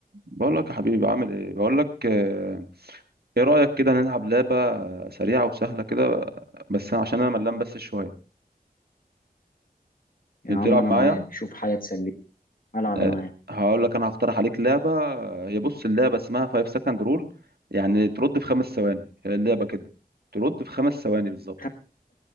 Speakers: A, on the right (about 80°); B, on the left (about 65°).
A: بقول لك يا حبيبي عامل ايه بقول لك آه، ايه رأيك كده نلعب لعبة آه، سريعة وسهلة كده آه، بس أنا- عشان انا ملان بس شوية
B: يا عم
A: تلعب
B: انا
A: معايا
B: معاك شوف حاجه تسليني العب
A: آه،
B: معاك
A: هقول لك انا هقترح عليك لعبة آه، هي بص اللعبة اسمها 5 سكند رول يعني ترد في خمس ثواني هي اللعبة كده ترد في خمس ثواني بالظبط
B: خم-